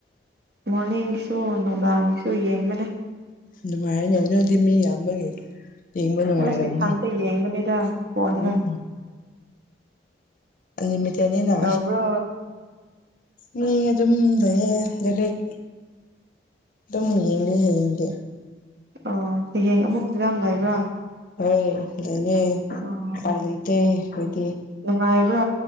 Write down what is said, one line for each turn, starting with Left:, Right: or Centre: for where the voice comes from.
Right: ꯃꯣꯔꯅꯤꯡꯒꯤꯁꯨ ꯅꯨꯡꯗꯥꯡꯒꯤꯁꯨ ꯌꯦꯡꯕꯅꯦ
Left: ꯅꯨꯡꯉꯥꯏꯌꯦꯅꯦ ꯅꯣꯏꯗꯤ ꯃꯤ ꯌꯥꯝꯕꯒꯤ ꯌꯦꯡꯕ ꯅꯨꯡꯉꯥꯏꯔꯝꯅꯤ
Right: ꯑꯁ ꯏꯊꯟꯇ ꯌꯦꯡꯕꯅꯤꯗ ꯐꯣꯟꯗ
Left: ꯎꯝ ꯑꯟꯂꯤꯃꯤꯇꯦꯠꯅꯤꯅ
Right: ꯀꯔꯤ ꯇꯧꯕ꯭ꯔꯣ
Left: ꯃꯤ ꯑꯗꯨꯝ ꯂꯩ ꯂꯔꯤꯛ ꯇꯨꯝ ꯌꯦꯡꯅꯤ ꯍꯌꯦꯡꯗꯤ
Right: ꯑꯣ ꯍꯌꯦꯡ ꯑꯃꯨꯛ ꯗꯔꯝ ꯂꯩꯕ꯭ꯔꯥ
Left: ꯍꯣꯏ ꯂꯩꯌꯦ
Right: ꯑꯣ
Left: ꯄꯥꯏ
Right: ꯑꯣ
Left: ꯂꯩꯇꯦ ꯈꯣꯏꯗꯤ
Right: ꯅꯨꯡꯉꯥꯏꯕ꯭ꯔꯥ